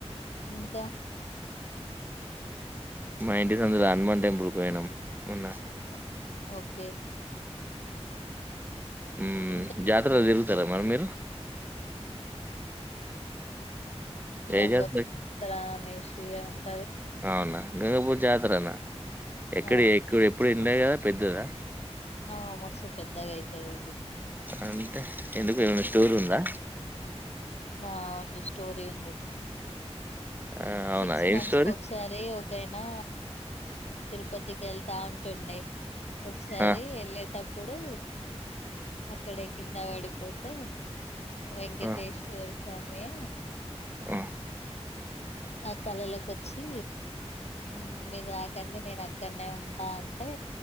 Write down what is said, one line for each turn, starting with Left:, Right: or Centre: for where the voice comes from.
Left: ఇంకా
Right: మా ఇంటి సందులో హనుమాన్ టెంపుల్ కి పోయినాం మొన్న.
Left: ఒ ఓకే
Right: ఉమ్
Left: ఇంకా
Right: జాతర్ రోజ్ తిర్ తర మరి మీరు
Left: గంగక్
Right: ఏ జాతరకి
Left: చప్త రామేష్ <unintelligible>
Right: అవునా గంగపూర్ జాతరనా ఎక్కడ
Left: అవును
Right: ఎక్కు ఎప్పుడ్ ఎ ఉండే గద పెద్దదా
Left: ఆ మస్తు పెద్దగైతదిది
Right: అంటే ఎందుకు ఏమన స్టోరి ఉందా
Left: ఆ అవును స్టోరీ ఉంది
Right: ఆ! అవునా
Left: సిక్స్
Right: ఏం
Left: మంత్స్
Right: స్టోరీ?
Left: కు ఒకసారి ఓ ఒకైనా తిరుపతికి ఎళ్తా ఉంటుండే ఒక్సారి
Right: ఆ!
Left: ఎళ్ళేటప్పుడు అక్కడ ఎకి కింద వడిపోతే వెంకటేశ్వర్
Right: ఆ!
Left: సమే
Right: ఆ
Left: ఆ కళలలోకొచ్చి ఊ మీర్ రాకండి నేను అక్కనే ఉంటా అంటే,